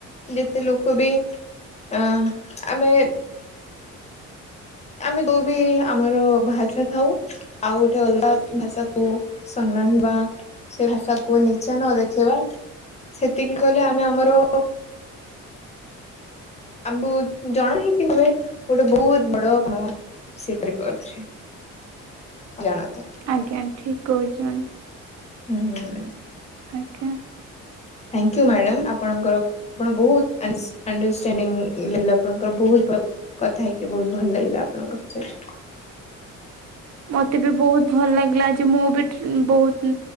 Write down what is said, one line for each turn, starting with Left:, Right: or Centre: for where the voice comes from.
Left: ଯେତେ ଲୋକ ବି ଅ ଆମେ ଆମେ ଯୋଉ ବି ଆମର ଭାଷା ଥାଉ ଆଉ ଗୋଟେ ଅଲଗା ଭାଷାକୁ ସମ୍ମାନ ବା ସେ ଭାଷାକୁ ନିଚା ନ ଦେଖେଇବା ସେତିକି କହିଲେ ଆମେ ଆମର ଆମକୁ ଜଣା ହେଇକି ତମେ ଗୋଟେ ବହୁତ ବଡ କାମ ସେ କରି ପାରୁଛି ଜାଣତରେ।
Right: ଆଜ୍ଞା ଠିକ କହୁଛ
Left: ହୁଁ।
Right: ଆଜ୍ଞା।
Left: ଥାଙ୍କ ୟୁ ମ୍ୟାଡ଼ାମ ଆପଣଙ୍କର ଆପଣ ବହୁତ ଅଣ୍ଡର ଅଣ୍ଡରଷ୍ଟାଣ୍ଡିଙ୍ଗ କହିଲି ଆପଣଙ୍କର ବହୁତ କଥା ହେଇକି ବହୁତ ଭଲ ଲାଗିଲା ଆପଣଙ୍କ ସହିତ।
Right: ମତେ ବି ବହୁତ ଭଲ ଲାଗିଲା ଆଜି ମୁଁ ଟି ବି ବହୁତ